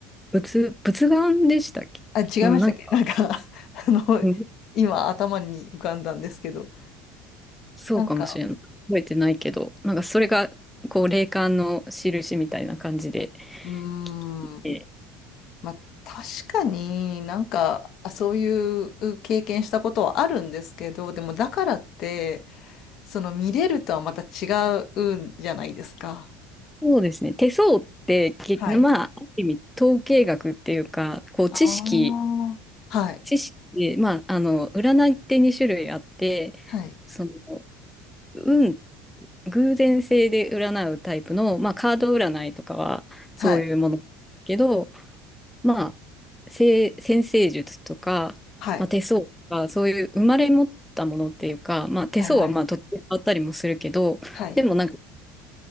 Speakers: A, in the centre; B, on the left.
A: 仏、仏眼でしたっけうん、
B: あ、違いましたっけ
A: なんか、
B: <laughs> なんか <laughs> あの、
A: うん
B: 今頭に浮かんだんですけど。
A: そうかもしれない。
B: なんか、
A: 覚えてないけど、なんかそれが、こう、霊感の印みたいな感じで
B: うーん、
A: 来て、
B: まあ、確かになんか、あ、そういう経験したことはあるんですけど、でもだからって、その見れるとはまた違うんじゃないですか。
A: そうですね。手相って、きまあ、
B: はい。
A: ある意味、統計学っていうか、こう、
B: ああ、
A: 知識、
B: はい、
A: 知識で、まあ、あの、占いって2種類あって、
B: はい、
A: その、運、偶然性で占うタイプの、まあ、カード占いとかは、そういうものだけど、
B: はい、
A: まあ、せ占星術とか、
B: はい、
A: まあ、手相とか、そういう生まれ持ったものっていうか、まあ、手相はまあ途中で変わったりもするけど、
B: はい、はい、はい。
A: でもなんか